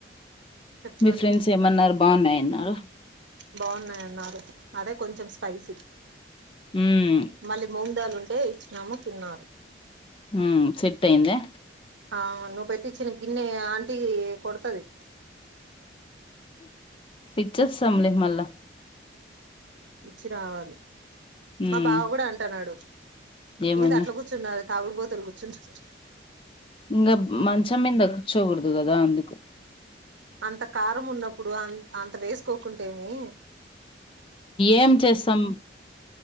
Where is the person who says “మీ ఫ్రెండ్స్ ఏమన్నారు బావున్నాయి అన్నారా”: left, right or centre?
Left